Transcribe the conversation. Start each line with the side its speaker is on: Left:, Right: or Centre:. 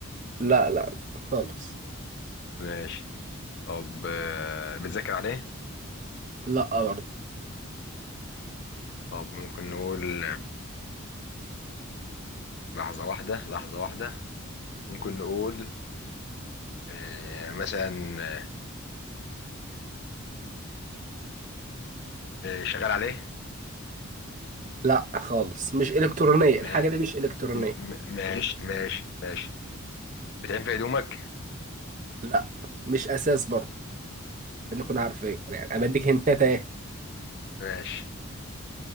Right: لا لا خالص
Left: ماشي طب آه، بتذاكر عليه
Right: لا برضه
Left: طب ممكن نقول آه، لحظة واحدة لحظة واحدة ممكن نقول آه، مثلا آه، آه، شغال عليه
Right: لا خالص مش إلكترونية
Left: ما-
Right: الحاجة دي مش إلكترونية
Left: م- م- ماشي ماشي ماشي بتعين في هدومك
Right: لا مش أساس برضه نكون عارفين يعني أنا بديك هنتات أهي
Left: ماشي